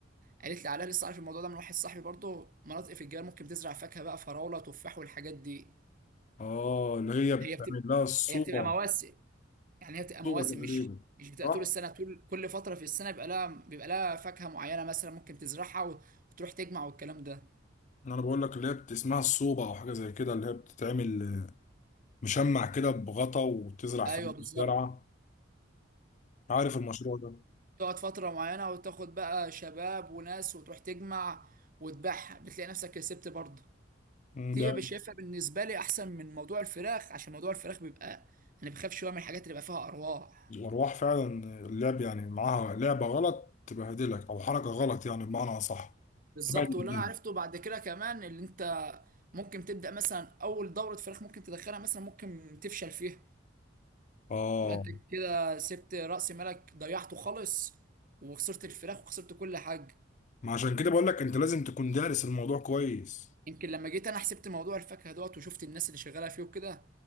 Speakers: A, on the right; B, on the left.
A: قالت لي عليها لسه عارف الموضوع ده من واحد صاحبي برضه مناطق في الجبال ممكن تزرع فاكهة بقى فراولة تفاح والحاجات دي
B: اه اللي هي بتعمل
A: هي بتبقى
B: لها الصوبة
A: هي بتبقى مواسم يعني هي بتبقى مواسم
B: صوبة تقريبا
A: مش مش بتبقى
B: صح
A: طول السنه طول كل فتره في السنه بيبقى لها بيبقى لها فاكهه معينه مثلا ممكن تزرعها وت- وتروح تجمع والكلام ده
B: انا بقول لك اللي هي بت- اسمها الصوبة او حاجة زي كده اللي هي بتتعمل آه، مشمع كده بغطا وتزرع
A: ايوه
B: في
A: بالظبط
B: الزرعة عارف المشروع ده
A: وبتقعد فتره معينه وتاخد بقى شباب وناس وتروح تجمع وتبيعها بتلاقي نفسك كسبت برضه
B: مم،
A: دي
B: ده
A: بشايفها بالنسبه لي احسن من موضوع الفراخ عشان موضوع الفراخ بيبقى انا بخاف شويه من الحاجات اللي بيبقى فيها ارواح
B: الأرواح فعلا اللعب يعني معاها لعبة غلط تبهدلك أو حركة غلط يعني بمعنى أصح
A: بالظبط
B: تبهدلك
A: واللي انا عرفته بعد كده كمان اللي انت ممكن تبدا مثلا اول دوره فراخ ممكن تدخلها مثلا ممكن تفشل فيها
B: آه
A: يبقى انت كده سبت رأس مالك ضيعته خالص وخسرت الفراخ وخسرت كل حاجة
B: ما عشان كده بقول لك أنت لازم تكون دارس الموضوع كويس
A: يمكن لما جيت انا حسبت موضوع الفاكهة دوت وشفت الناس اللي شغالة فيه وكده